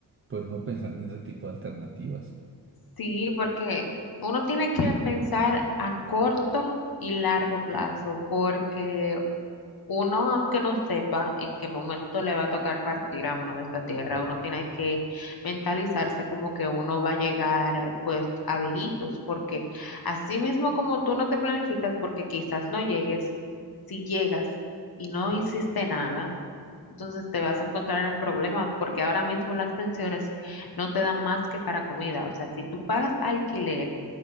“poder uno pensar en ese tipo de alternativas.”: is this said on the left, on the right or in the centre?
Right